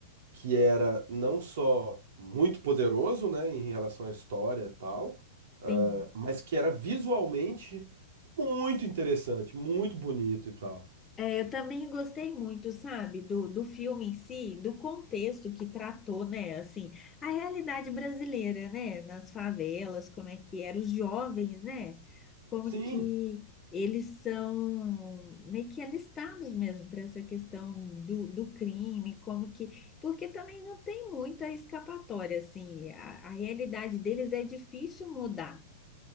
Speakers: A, on the right; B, on the left.
A: que era não só muito poderoso, né, em relação à história e tal,
B: sim.
A: eh, mas que era visualmente muito interessante, muito bonito e tal.
B: É, eu também gostei muito, sabe, do, do filme em si, do contexto que tratou, né, assim, a realidade brasileira, né, nas favelas, como é que eram os jovens, né, como
A: Sim,
B: que eles são meio que alistados mesmo para essa questão do, do crime, como que, porque também não tem muita escapatória, assim, a, a realidade deles é difícil mudar.